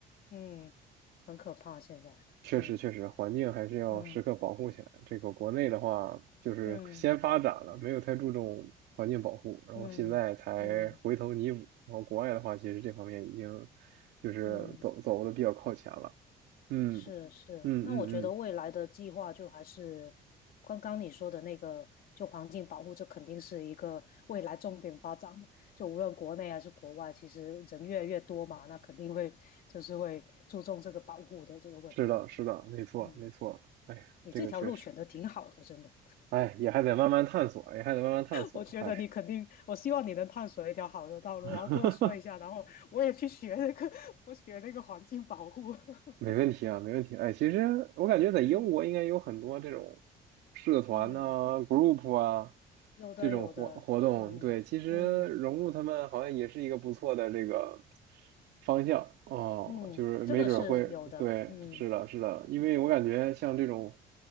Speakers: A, on the left; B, on the right.
A: 嗯，很可怕现在，
B: 确实确实，
A: 嗯
B: 环境还是要时刻保护起来。
A: 嗯
B: 这个国内的话，就是先发展了，
A: 嗯
B: 没有太注重环境保护，然后现在才回头弥补。
A: 嗯嗯
B: 然后国外的话，其实这方面已经就是走走的比较靠前了。
A: 嗯，
B: 嗯
A: 是是。
B: 嗯嗯嗯。
A: 那我觉得未来的计划就还是刚刚你说的那个，就环境保护，这肯定是一个未来重点发展的。就无论国内还是国外，其实人越来越多嘛，那肯定会就是会注重这个保护的这个问题。
B: 是的，是的，没错，
A: 嗯，
B: 没错。哎，
A: 你这条路选的挺好的，
B: 这个确实，
A: 真的。
B: 哎，也还得慢慢探索，也还得慢慢探索。
A: 我觉得你肯定，
B: 哎。
A: 我希望你能探索一条好的道路，
B: <laughs>
A: 然后跟我说一下，然后我也去学那个，<laughs> 我学那个环境保护。<laughs>
B: 没问题啊，没问题。哎，其实我感觉在英国应该有很多这种
A: 嗯
B: 社团呐、
A: 嗯，
B: group 啊
A: 有的有的，
B: 这种活活动。
A: 嗯嗯
B: 对，其实融入他们好像也是一个不错的这个方向哦，
A: 嗯，
B: 就是没准儿会，
A: 这个是有的，
B: 对，
A: 嗯
B: 是的，是的，因为我感觉像这种